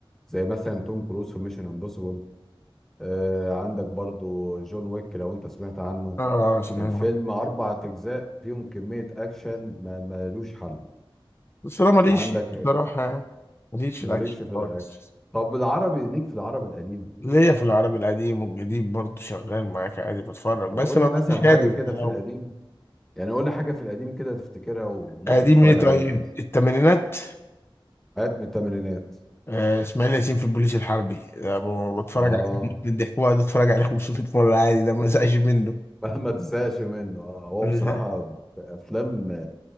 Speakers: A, in the centre; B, on the left (about 25°).
A: زي مثلا توم كروز في ميشن امبوسيبل آه، عندك برضو جون ويك لو انت سمعت عنه
B: اه سمعت
A: الفيلم
B: عنه.
A: اربع اجزاء فيهم كمية اكشن ما ملوش حل
B: بس انا ماليش
A: عندك
B: بصراحة ماليش في
A: مالكش
B: الاكشن
A: في
B: خالص
A: الاكشن طب العربي ليك في العربي القديم
B: ليا في العربي القديم والجديد برضه شغال معاك عادي بتفرج
A: طب
B: بس
A: قول
B: ما
A: لي
B: بقاش
A: مثلا حاجة
B: هادي
A: كده
B: في الاول
A: في القديم يعني قول لي حاجة في القديم كده تفتكرها وممكن
B: قديم
A: تتفرج
B: ايه
A: عليها
B: طيب
A: تاني
B: الثمانينات
A: حاجات من الثمانينات
B: آه، اسماعيل ياسين في البوليس الحربي ده ب- بتفرج
A: اه
B: عليه من
A: <laughs>
B: الضحك بقعد اتفرج عليه 500 مرة عادي ده ما زهقش منه
A: مهما تزهقش منه آه، هو
B: لا
A: بصراحة افلام